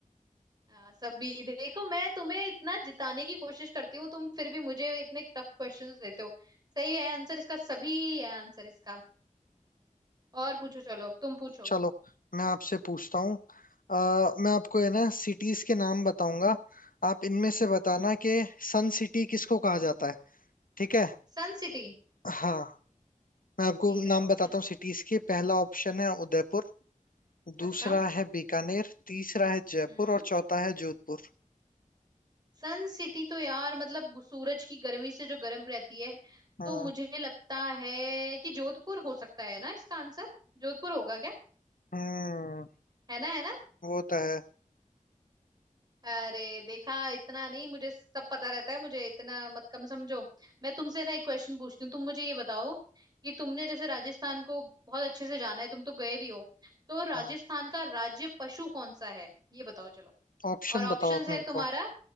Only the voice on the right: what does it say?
हाँ, सभी देखो मैं तुम्हें इतना जिताने की कोशिश करती हूँ तुम फिर भी मुझे इतने टफ क्वेश्चंस देते हो सही है आंसर इसका सभी है आंसर इसका और पूछो चलो अब तुम पूछो
हम्म
सन सिटी
ठीक
है
ऑप्शंस
दो
अच्छा
हम्म
सन सिटी तो यार मतलब सूरज की गर्मी से जो गर्म रहती है
तो मुझे लगता है कि जोधपुर हो सकता है ना इसका आंसर जोधपुर होगा क्या
है ना है ना
अरे देखा इतना नहीं मुझे सब पता रहता है मुझे इतना मत कम समझो मैं तुमसे ना एक क्वेश्चन पूछती हूँ तुम मुझे ये बताओ कि तुमने जैसे राजस्थान को बहुत अच्छे से जाना है तुम तो गए भी हो तो राजस्थान
का राज्य पशु कौन सा है ये बताओ चलो
और ऑप्शंस
है
तुम्हारा